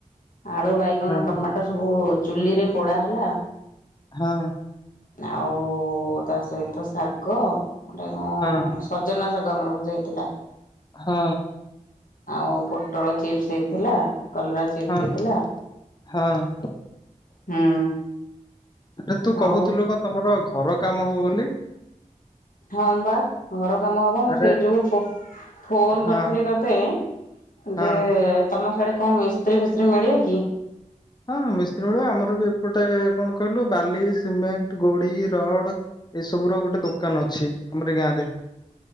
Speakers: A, on the left; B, on the left.
A: ଆଳୁ, ବାଇଗଣ,
B: ହଁ
A: ଟମାଟୋ ସବୁ ଚୁଲିରେ ପୋଡ଼ା ହେଲା
B: ହଁ।
A: ଆଉ ତା ସହିତ ଶାଗ ହେଟା କଣ
B: ହଁ।
A: ସଜନା ଶାଗ ଆମର ଭଜା ହେଇଥିଲା।
B: ହଁ।
A: ଆଉ ପୋଟଳ ଚିପ୍ସ ହେଇଥିଲା କଲରା ଚିପ୍ସ
B: ହଁ
A: ହେଇଥିଲା
B: ହଁ
A: ହୁଁ।
B: ଆରେ ତୁ କହୁଥିଲୁ
A: ଆଉ
B: କଣ ତମର ଘର କାମ ହବ ବୋଲି।
A: ହଁ ବା ଘର କାମ ହବ ମୁଁ
B: ଆରେ
A: ସେଇ ଯୋଗୁ ଫୋ- ଫୋନ୍
B: ହଁ
A: କରିଥିଲି ତତେ
B: ହଁ
A: ଯେ ତମ ସିଆଡେ କଣ ମିସ୍ତ୍ରୀ ଫିସ୍ତ୍ରୀ ମିଳିବେ କି?
B: ହଁ ମିସ୍ତ୍ରୀ ମିଳିବ ଆମର ବି ଏପଟେ କଣ କହିଲୁ ବାଲି, ସିମେଣ୍ଟ, ଗୋଡି, ରଡ୍ ଏଇ ସବୁ ର ଗୋଟେ ଦୋକାନ ଅଛି ଆମର ଏଇ ଗାଁରେ।